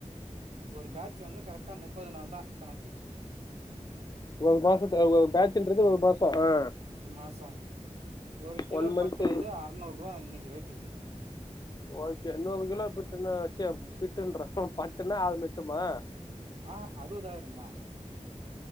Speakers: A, on the right; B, on the left.
A: ஒரு பேட்ச் வந்து கரெக்டா முப்பது நாள் தா கணக்கு
B: ஒரு மாசத்துல ஒரு பேட்ச்ன்றது ஒரு மாசோ ஆ
A: ஒரு மாசோ ஒரு கிலோ
B: ஒன் மந்த்
A: பட்டு வந்து அறநூறு ரூவா இன்னைக்கி ரேட்டுக்கு
B: ஓகே நூறு கிலோ பிட்டுன்னு வச்சு பிட்டுன்றே பட்டுனா ஆறு லச்சமா
A: ஆ அறுவதாயிர தா